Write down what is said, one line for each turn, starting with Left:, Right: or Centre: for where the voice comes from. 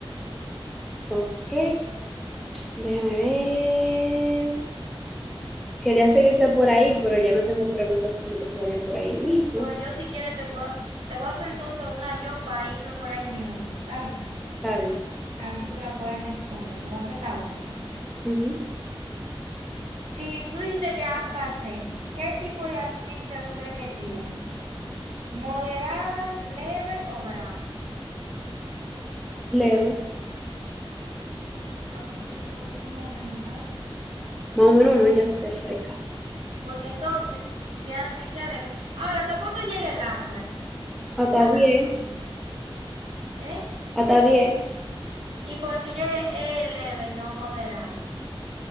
Centre: Ok. Déjame ver. Quería seguirte por ahí, pero ya no tengo preguntas como que se vayan por ahí mismo.
Right: Bueno, yo si quieres te puedo, te voy a hacer entonces una yo para irme por ahí mismo yo. ¿Está bien?
Centre: Está bien.
Right: A ver si tú la puedes responder. Te voy a hacer esta última.
Centre: Ujú.
Right: Si tú dijiste que Apgar seis. ¿qué tipo de asfixia tú crees que tiene? ¿Moderada, leve o grave?
Centre: Leve.
Right: Ah, pues sí, tú, tú más o menos sabes.
Centre: Más o menos no, yo sé, freca.
Right: porque entonces tiene asfixia leve. Ahora, ¿hasta cuándo llega el Apgar?
Centre: Hasta
Right: ¿Hasta
Centre: diez
Right: cuándo? ¿Eh?
Centre: Hasta diez
Right: ¿Y por qué es leve y no moderada?